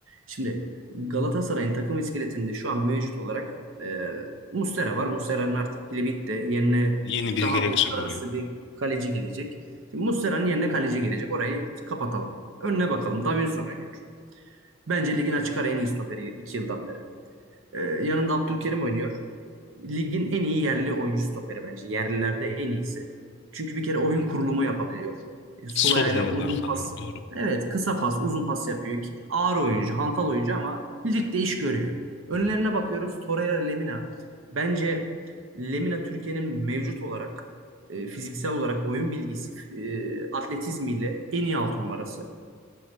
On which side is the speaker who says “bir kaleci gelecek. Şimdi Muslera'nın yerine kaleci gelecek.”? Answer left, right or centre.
Right